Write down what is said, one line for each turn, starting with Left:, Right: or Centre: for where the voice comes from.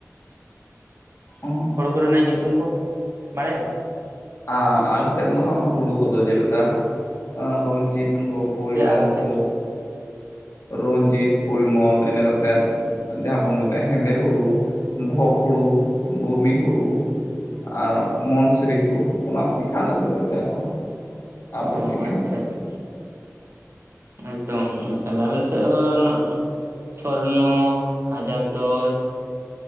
Left: ᱚᱸᱦᱚ
Right: <inaudible> ᱠᱚᱨᱮᱱᱟᱜ ᱧᱩᱛᱩᱢ ᱠᱚ ᱵᱟᱲᱟᱭᱟ ᱵᱤᱱ
Left: ᱟ ᱟᱞᱮᱥᱮᱫ ᱫᱚ ᱦᱩᱲᱩ ᱠᱚᱫᱚ ᱡᱮᱞᱮᱠᱟᱟ ᱨᱚᱧ ᱡᱤᱛ ᱠᱚ ᱯᱚᱨᱤᱢᱚᱞ
Right: ᱥᱮ ᱟᱨᱚ ᱪᱮᱫ
Left: ᱠᱚ ᱨᱚᱧᱡᱤᱛ ᱯᱚᱨᱤᱢᱚᱞ ᱤᱱᱟᱹ ᱠᱟᱛᱮᱫ ᱡᱟᱦᱟᱸ ᱵᱚᱱ ᱢᱮᱱᱫᱟ ᱦᱮᱸᱫᱮ ᱦᱩᱲᱩ ᱵᱷᱚᱜᱽ ᱦᱩᱲᱩ ᱵᱩᱨᱱᱤ ᱦᱩᱲᱩ ᱟᱨ ᱢᱚᱱᱥᱨᱤ ᱚᱱᱟ ᱠᱚᱜᱮ ᱦᱟᱸᱜ ᱟᱞᱮ ᱥᱮᱫ ᱫᱚᱞᱮ ᱪᱟᱥᱟ᱾
Right: ᱚ
Left: ᱟᱯᱮ ᱥᱮᱫ ᱜᱮ
Right: ᱟᱪᱪᱷᱟ
Left: ᱦᱟᱸᱜ?
Right: ᱟᱪᱪᱷᱟ ᱮᱠᱫᱚᱢ ᱟᱞᱮ ᱥᱮᱫ ᱦᱚᱸ ᱱᱟᱜ ᱥᱚᱨᱱᱚ ᱦᱟᱡᱟᱨ ᱫᱚᱥ